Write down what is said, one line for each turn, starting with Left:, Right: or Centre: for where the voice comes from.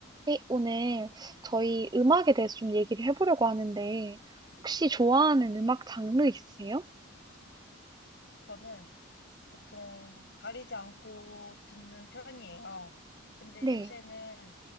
Right: 네, 오늘 저희 음악에 대해서 좀 얘기를 해보려고 하는데, 혹시 좋아하는 음악 장르 있으세요?
Left: 저는 보통 가리지 않고 듣는 편이에요. 근데
Right: 네.
Left: 요새는